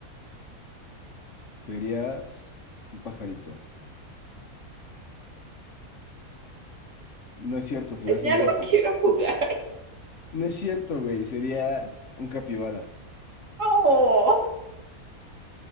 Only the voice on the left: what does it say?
Serías un pajarito. No es cierto, serías
un sapo.
No es cierto, güey, serías un capibara.